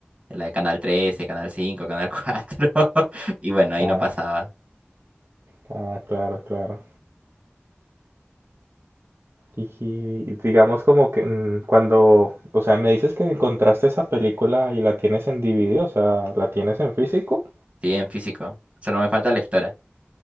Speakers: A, on the right (about 30°); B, on the right (about 70°).
A: la de Canal 13, Canal cinco Canal cuatro <laughs> Y bueno, ahí
B: ah,
A: no pasaba.
B: ah, claro, claro. Y, y digamos como que mm, cuando, o sea, me dices que encontraste esa película y la tienes en DVD, o sea, ¿la tienes en físico?
A: Sí, en físico. Solo me falta lectora.